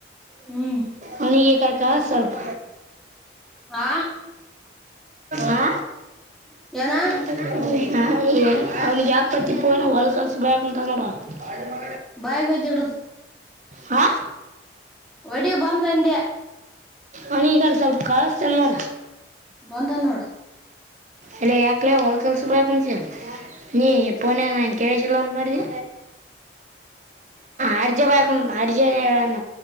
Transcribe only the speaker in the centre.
ಹ್ಮ್
ಆ
ಏನ
ಬಾಯಿಗೆ ಒಯ್ದಿಡದು
ವಡಿ ಬಂದಂಡ
ಬಂದ ನೋಡ